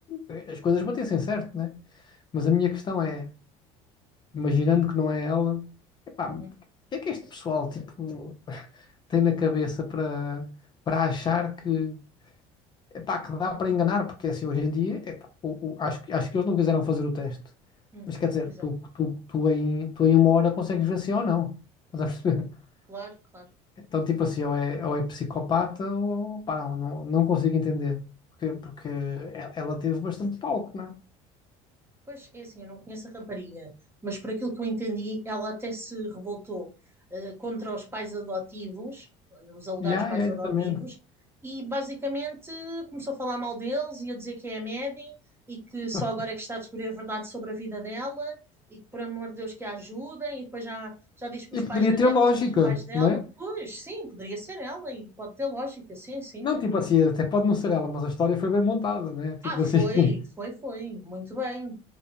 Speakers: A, on the left; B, on the right.
A: eh, as coisas batessem certo, né? Mas a minha questão é, imaginando que não é ela, epá,
B: Uhum,
A: o que é que este pessoal, tipo, <laughs> tem na cabeça para, para achar que Epá, que dá para enganar, porque assim, hoje em dia, epá, o, o- acho, que- acho que eles não quiseram fazer o teste.
B: uhum,
A: Mas quer dizer,
B: exato.
A: tu, tu, tu, em, tu em uma hora consegues ver se é ou não. Estás a perceber? <laughs>
B: Claro, claro.
A: Então, tipo assim, ou é, ou é psicopata ou pá, não, não, não consigo entender. Porque, porque e- ela teve bastante palco, não né?
B: Pois é assim, eu não conheço a rapariga, mas por aquilo que eu entendi, ela até se revoltou eh, contra os pais adotivos, eh, os alegados
A: Já,
B: pais
A: já, exatamente.
B: adotivos, e basicamente começou a falar mal deles e a dizer que é a Maddie e que só
A: <laughs>
B: agora é que está a descobrir a verdade sobre a vida dela e que, por amor de Deus, que a ajudem. E depois já, já diz que
A: E
B: os
A: poderia
B: pais da
A: ter
B: Maddie
A: lógica,
B: são os pais dela.
A: né?
B: Pois, sim, poderia ser ela e pode ter lógica, sim, sim.
A: Não, tipo assim, até pode não ser ela, mas a história foi bem montada, né? Tipo
B: Ah, foi,
A: assim. <laughs>
B: foi, foi, muito bem.